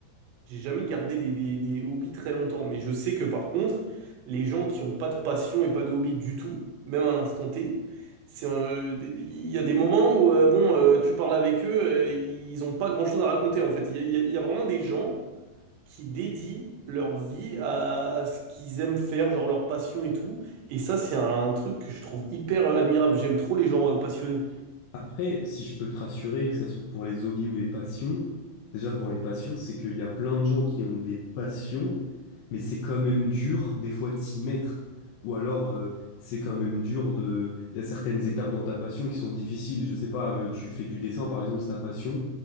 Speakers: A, on the right (about 80°); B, on the left (about 80°).
A: j'ai jamais gardé des, des- des hobbies très longtemps, mais je sais que par contre, les gens qui ont pas de passion et pas de hobby du tout, même à l'instant T, c'est, euh, des- il y a des moments où euh, bon, euh, tu parles avec eux, euh, ils ont pas grand-chose à raconter en fait. Il y a, il y a- il y a vraiment des gens qui dédient leur vie à, à ce qu'ils aiment faire, genre leur passion et tout. Et ça, c'est un, truc que je trouve hyper euh, admirable. J'aime trop les gens euh, passionnés.
B: Après, si je peux te rassurer, que ce soit pour les hobbies ou les passions, déjà pour les passions, c'est qu'il y a plein de gens qui ont des passions, mais c'est quand même dur des fois de s'y mettre. Ou alors, euh, c'est quand même dur de... Il y a certaines étapes dans ta passion qui sont difficiles. Je sais pas, euh, tu fais du dessin par exemple, c'est ta passion,